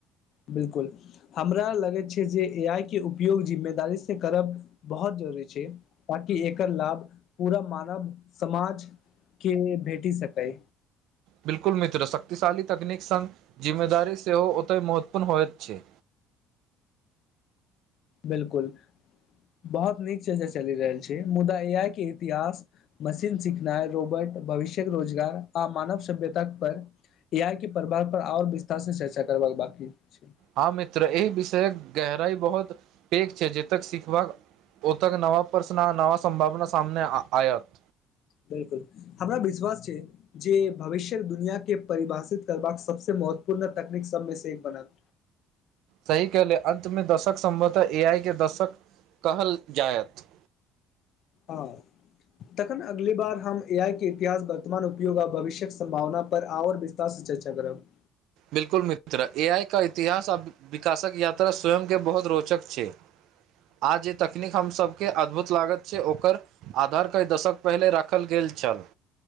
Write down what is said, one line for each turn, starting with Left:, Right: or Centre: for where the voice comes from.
Left: बिलकुल हमरा लगैत छै जे ए आइ के उपयोग जिम्मेदारीसे करब बहुत जरूरी छै ताकि एकर लाभ पूरा मानव समाज के भेटी सकै
Right: बिल्कुल मित्र शक्तिशाली तकनीक संग जिम्मेदारी सेहो ओतहि महत्वपूर्ण होइत छै
Left: बिल्कुल बहुत नीक छै जे चलि रहल छै मुदा ए आइ के इतिहास मशीन सिखनाइ रोबोट भविष्य्यक रोजगार आ मानव सभ्यता पर ए आइ के प्रभाव पर आओर विस्तार से चर्चा करबाक बाकी छै
Right: हँ मित्र एहि विषय गहराई बहुत पैघ छै जब तक सिखबाक ओ तक नवा प्रशन नवा संभावना सामने आयत
Left: बिलकुल हमरा विश्वास छै जे भविष्य दुनियाँ के परिभाषित करबाक सबस महत्वपूर्ण तकनीक सबमे से एक बनत
Right: सही कहले अंत मे दशक सम्भवतः ए आई के दशक कहल जायत
Left: हँ तखन अगली बार हम ए आई के इतिहास वर्तमान उपयोग आ भविष्यक संभावना पर आओर विस्तार तारसँ चर्चा करब
Right: बिलकुल मित्र ए आई का इतिहास आ विकासक यात्रा स्वयं के बहुत रोचक छै आ जे तकनीक हमसभके अद्भुत लागैत छै ओकर आधार कइ दशक पहिनेे राखल गेल छल